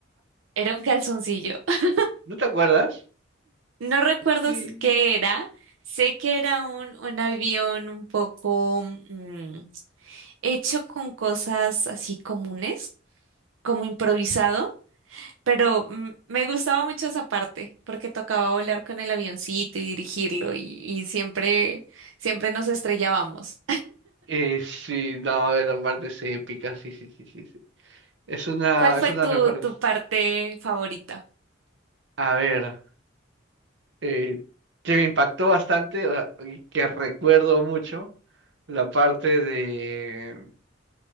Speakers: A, on the right; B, on the right.
A: Era un calzoncillo. <laughs>
B: ¿No te acuerdas?
A: No recuerdo
B: Sí.
A: s- qué era. Sé que era un, un avión un poco... mm, hecho con cosas así comunes, como improvisado, pero mm, me gustaba mucho esa parte porque tocaba volar con el avioncito y dirigirlo y, y siempre, siempre nos estrellábamos.
B: Eh, sí, no, esa parte es épica, sí, sí, sí, sí, sí. Es
A: <laughs>
B: una,
A: ¿Cuál fue
B: es una
A: tu,
B: de las mejores.
A: tu parte favorita?
B: A ver, eh, que me impactó bastante, o sea, y que recuerdo mucho, la parte de